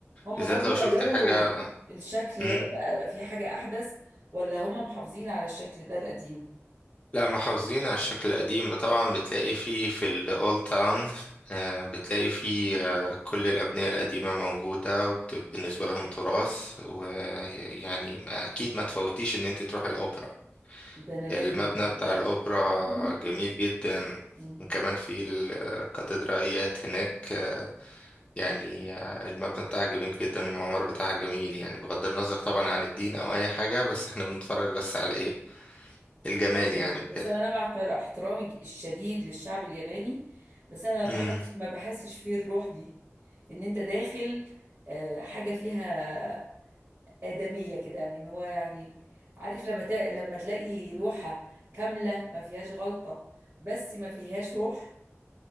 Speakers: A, on the right; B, on the left.
A: هم
B: بالذات
A: برضو
B: لو
A: غيروا
B: شفت حاجة
A: الشكل
B: مم.
A: بقى في حاجه احدث ولا هم محافظين على الشكل ده القديم
B: لا محافظين على الشكل القديم طبعا بتلاقي فيه في الأولد تاون بتلاقي فيه آه، كل الأبنية القديمة موجودة وبالنسبة لهم تراث ويعني أكيد ما تفوتيش إن أنت تروح الأوبرا
A: ده انا لازم
B: المبنى
A: متقلقش
B: بتاع الأوبرا
A: <laughs>
B: جميل جدا
A: مم.
B: وكمان في الكاتدرائيات هناك آه، يعني آه، المبنى بتاعها جميل جدا والمعمار بتاعها جميل يعني بغض النظر طبعا عن الدين أو أي حاجة بس احنا بنتفرج بس على إيه الجمال
A: أفهم.
B: يعني وكده
A: بس انا مع احتر- احترامي الشديد للشعب الياباني بس انا بحس
B: مم.
A: ما بحسش فيه الروح دي ان انت داخل آه، حاجه فيها آدمية كده يعني ان هو يعني عارف لما تا... لما تلاقي لوحة كاملة ما فيهاش غلطة بس ما فيهاش روح